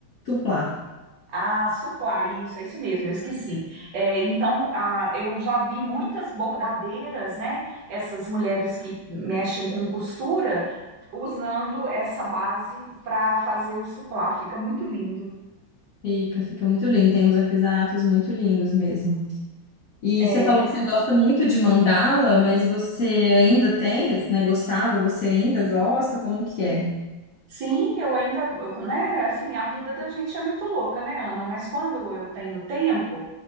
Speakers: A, on the left; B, on the right.
A: Suplá.
B: Ah, supply, isso, é isso mesmo, eu esqueci. É, então, ah, eu já vi muitas bordadeiras, né? Essas mulheres que mexem com costura, usando essa base para fazer o suplá, fica muito lindo.
A: Fica, fica muito lindo. Tem uns artesanatos muito lindos mesmo. E
B: É
A: você falou
B: verdade.
A: que você gosta muito de mandala, mas você ainda tem, né? Gostava, você ainda gosta? Como que é?
B: Sim, eu ainda, eu- né? Assim, a vida da gente é muito louca, né, Ana? Mas quando eu tenho tempo,